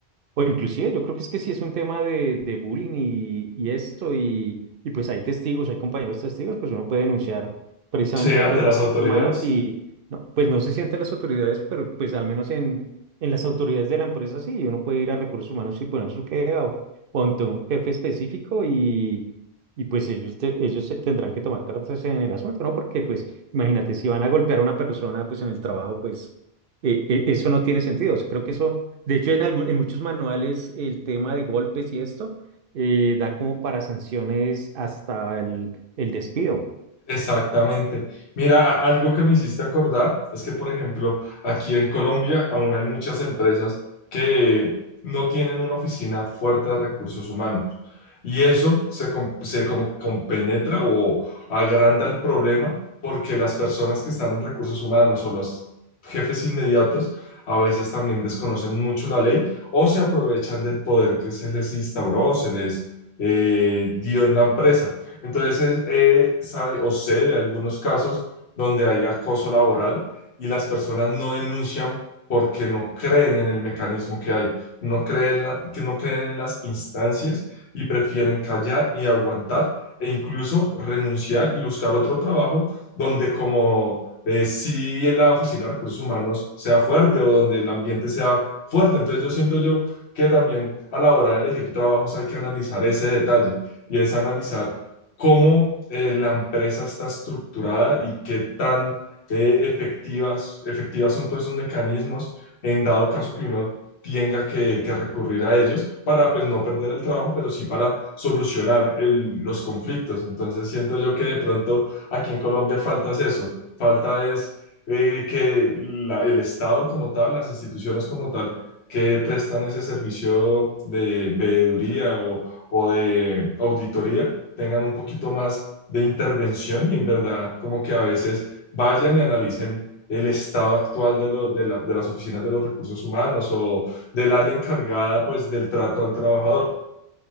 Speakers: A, on the right; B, on the left.
A: o inclusive yo creo que es que sí es un tema de, de bullying y, y esto, y, y pues hay testigos, hay compañeros testigos, pues uno puede denunciar precisamente
B: Sí, ante
A: ante recursos
B: las autoridades.
A: humanos y no, pues no se sienten las autoridades, pero pues al menos en, en las autoridades de la empresa sí, uno puede ir a recursos humanos y poner su queja o, o ante un jefe específico y, y pues ellos, te- ellos se tendrán que tomar cartas en el asunto, ¿no? Porque pues imagínate, si van a golpear a una persona pues en el trabajo, pues eh, eh, eso no tiene sentido. Creo que eso, de hecho, en, algu- en muchos manuales el tema de golpes y esto eh, da como para sanciones hasta el, el despido.
B: Exactamente. Mira, a- algo que me hiciste acordar es que, por ejemplo, aquí en Colombia aún hay muchas empresas que no tienen una oficina fuerte de recursos humanos. Y eso se, com- se como compenetra o agranda el problema porque las personas que están en recursos humanos o los jefes inmediatos a veces también desconocen mucho la ley o se aprovechan del poder que se les instauró o se les eh, dio en la empresa. Entonces, eh, sabe o sé de algunos casos donde hay acoso laboral y las personas no denuncian porque no creen en el mecanismo que hay, no creen, la- que no creen en las instancias y prefieren callar y aguantar e incluso renunciar y buscar otro trabajo donde como eh, si la Oficina de Recursos Humanos sea fuerte o donde el ambiente sea fuerte. Entonces yo siento yo que también a la hora de elegir trabajos hay que analizar ese detalle y es analizar cómo eh, la empresa está estructurada y qué tan eh, efectivas, efectivas son todos esos mecanismos en dado caso que uno tenga que, que recurrir a ellos para pues no perder el trabajo, pero sí para solucionar el- los conflictos. Entonces siento yo que de pronto aquí en Colombia falta es eso, falta es eh, que la- el Estado como tal, las instituciones como tal, que prestan ese servicio de veeduría o o de auditoría, tengan un poquito más de intervención y en verdad como que a veces vayan y analicen el estado actual de, lo- de la- de las oficinas de los recursos humanos o del área encargada pues del trato al trabajador.